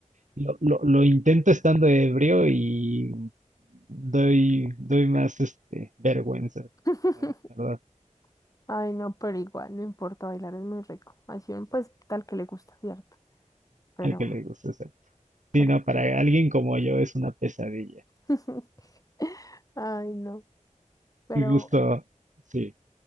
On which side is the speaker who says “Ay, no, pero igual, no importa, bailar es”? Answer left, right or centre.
Left